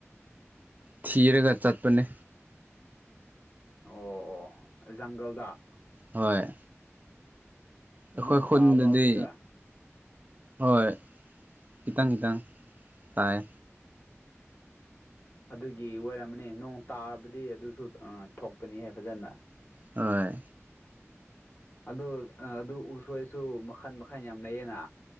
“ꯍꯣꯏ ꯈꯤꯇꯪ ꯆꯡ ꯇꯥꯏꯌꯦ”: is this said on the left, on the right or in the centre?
Right